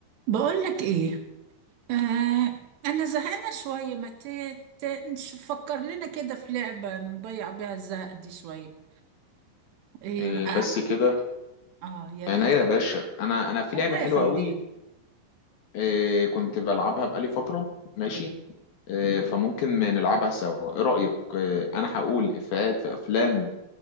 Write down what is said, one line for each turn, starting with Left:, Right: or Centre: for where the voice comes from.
Right: بقولك ايه آه انا زهقانه شويه ما ت- ت- نفكر لنا كده في لعبه نضيع بيها الزهق دي شويه ايه
Left: إيه
Right: اه,
Left: بس كده
Right: آه يا
Left: يعني
Right: ريت
Left: يا باشا انا انا في
Right: الله
Left: لعبه حلوه
Right: يخليك
Left: قوي إيه كنت بلعبها بقالي فتره ماشي إيه فممكن نلعبها سوا ايه رايك إيه انا هقول افيهات في افلام